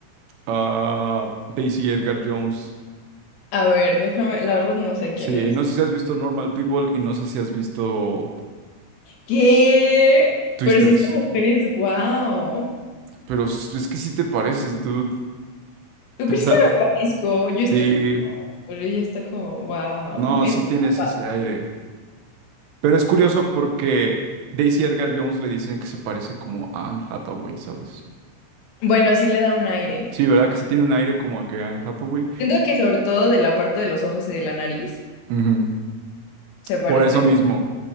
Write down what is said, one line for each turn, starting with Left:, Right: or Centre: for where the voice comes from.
Right: Ah, Daisy Edgar Jones.
Left: A ver, déjame, la verdad no sé quién
Right: Sí,
Left: es.
Right: no sé si has visto Normal People y no sé si has visto
Left: ¿Qué?
Right: Twisters,
Left: Pero sí, esta mujer es wow.
Right: pero s- es que sí te pareces, dude.
Left: ¿Tú crees
Right: O sea,
Left: que me parezco? Yo estoy.
Right: sí,
Left: Pero ella está como, wow.
Right: no,
Left: Es
Right: sí
Left: muy
Right: tienes
Left: guapa.
Right: ese aire. Pero es curioso porque Daisy Edgar Jones le dicen que se parece como a Anne Hathaway, ¿sabes?
Left: Bueno, sí le da un aire.
Right: Sí, ¿verdad? Que sí tiene un aire como a que Anne Hathaway.
Left: Siento que sobre todo de la parte de los ojos y de la nariz
Right: Ujú.
Left: se parece
Right: Por eso mismo.